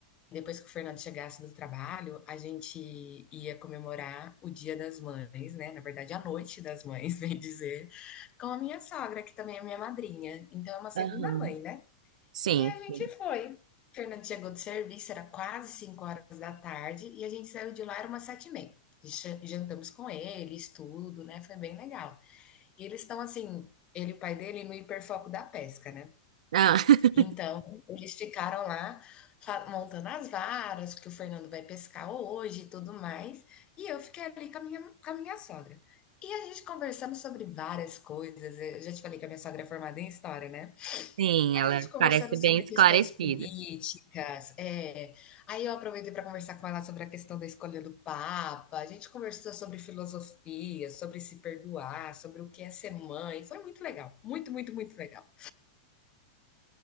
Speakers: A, on the left (about 30°); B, on the right (about 80°).
A: Depois que o Fernando chegasse do trabalho, a gente ia comemorar o Dia das Mães, né? Na verdade, a Noite das Mães, <laughs> bem dizer, com a minha sogra, que também é minha madrinha. Então, é uma segunda
B: aham.
A: mãe, né?
B: Sim,
A: E a gente
B: sim.
A: foi. Fernando chegou do serviço, era quase 5 horas da tarde, e a gente saiu de lá, era umas 7 e meia. E Jantamos com eles, tudo, né? Foi bem legal. E eles estão assim, ele e o pai dele, no hiperfoco da pesca, né?
B: Ah, <laughs>
A: Então, eles ficaram lá fa- montando as varas, que o Fernando vai pescar hoje e tudo mais. E eu fiquei ali com a minha, com a minha sogra. E a gente conversamos sobre várias coisas. Eu já te falei que a minha sogra é formada em história, né?
B: sim,
A: A
B: ela
A: gente conversando
B: parece bem
A: sobre
B: esclarecida.
A: questões políticas, é. Aí eu aproveitei para conversar com ela sobre a questão da escolha do Papa. A gente conversou sobre filosofia, sobre se perdoar, sobre o que é ser mãe. Foi muito legal, muito, muito, muito legal.